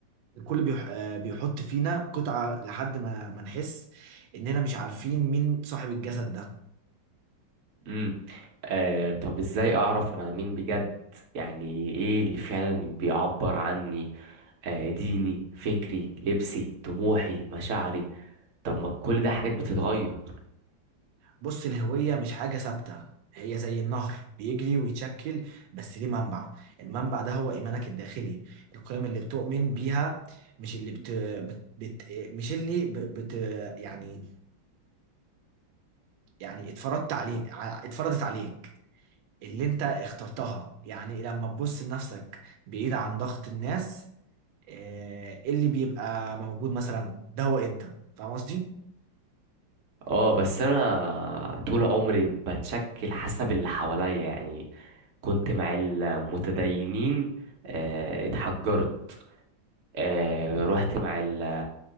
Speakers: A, on the right (about 75°); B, on the right (about 50°).
A: الكل بيح... آه، بيحط فينا قطعة لحد ما ما نحس إننا مش عارفين مين صاحب الجسد ده
B: امم آه طب ازاي اعرف انا مين بجد يعني ايه اللي فعلا بيعبر عني آه ديني فكري لبسي طموحي مشاعري طب ما كل ده حاجات بتتغير
A: بص الهوية مش حاجة ثابتة هي زي النهر بيجري ويتشكل بس ليه منبع المنبع ده هو إيمانك الداخلي القيم اللي بتؤمن بيها مش اللي بت... بت... بت... مش اللي ب... بت... يعني يعني اتفرضت عليه ع- اتفرضت عليك اللي انت اخترتها يعني لما تبص لنفسك بعيد عن ضغط الناس آه، اللي بيبقى موجود مثلا ده هو انت فاهم قصدي
B: اه بس انا طول عمري بتشكل حسب اللي حواليا يعني كنت مع المتدينين آه، اتحجرت آه، رحت مع ال